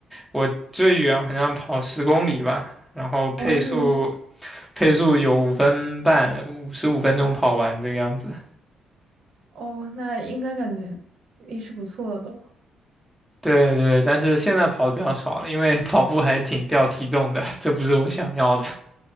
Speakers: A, in the centre; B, on the right.
A: 我最远好像跑十公里吧，然后配速。
B: 哦，那你，
A: 配速有五分半，五十五分钟跑完这个样子。
B: 哦，那应该感觉也是不错的。
A: 对对，但是现在跑的比较少了，因为跑步还挺掉体重的，这不是我想要的。